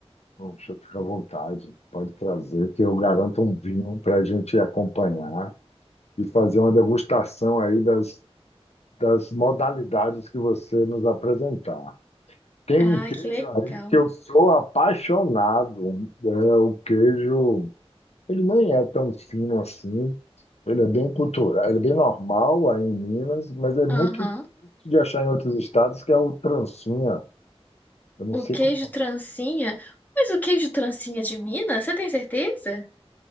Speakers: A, on the left; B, on the left.
A: poxa, fica à vontade. Pode trazer, que eu garanto um vinho para a gente acompanhar e fazer uma degustação aí das, das modalidades que você nos apresentar. Tem
B: Ah,
A: um queijo
B: que legal.
A: aí que eu sou apaixonado. É, o queijo, ele nem é tão fino assim. Ele é bem cultural, ele é bem normal aí em Minas, mas é muito
B: Aham.
A: difícil de achar em outros estados, que é o trancinha. Eu não
B: O
A: sei
B: queijo
A: como
B: trancinha? Mas o queijo trancinha de Minas, você tem certeza?